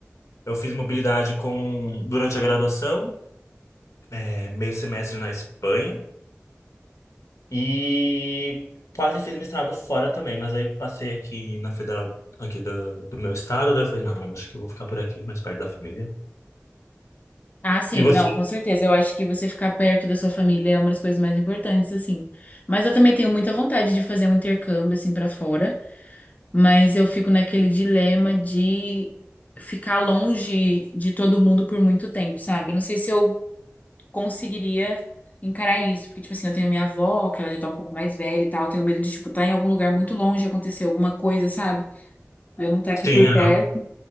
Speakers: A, on the left; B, on the left.
A: eu fiz mobilidade com durante a graduação, é, meio semestre na Espanha e quase fiz mestrado fora também, mas aí passei aqui na Federal aqui do, do meu estado, daí eu falei, não, acho que eu vou ficar por aqui, mais perto da família.
B: Ah, sim,
A: E você?
B: não, com certeza. Eu acho que você ficar perto da sua família é uma das coisas mais importantes, assim. Mas eu também tenho muita vontade de fazer um intercâmbio, assim, pra fora. Mas eu fico naquele dilema de ficar longe de todo mundo por muito tempo, sabe? Eu Não sei se eu conseguiria encarar isso, porque, tipo assim, eu tenho minha avó, que ela já tá um pouco mais velha e tal, eu tenho medo de, tipo, estar em algum lugar muito longe, acontecer alguma coisa, sabe? Eu não estar aqui
A: Sim,
B: por
A: aham,
B: perto.